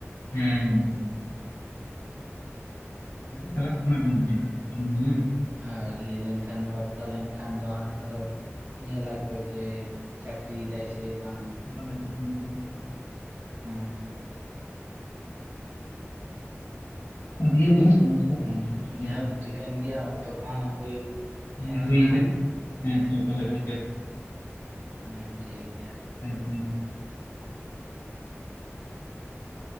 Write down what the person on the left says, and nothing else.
ᱦᱮᱸ ᱪᱟᱞᱟᱜ ᱠᱟᱱᱟ ᱵᱤᱱ ᱥᱮ ᱵᱟᱝᱟ <inaudible> ᱧᱮᱧᱮᱞ?
ᱼ
ᱟᱫᱮ ᱠᱚ ᱦᱚᱸ ᱥᱚᱢᱚᱥᱥᱟ। ᱜᱚᱝᱠᱮ ᱪᱮᱫ ᱵᱮᱱ
ᱢᱮᱱᱟ
ᱦᱮᱸ
ᱦᱩᱭ
ᱠᱟᱱᱟ ᱛᱚ
ᱛᱟᱦᱚᱞᱮ ᱜᱚᱝᱠᱮ
<inaudible>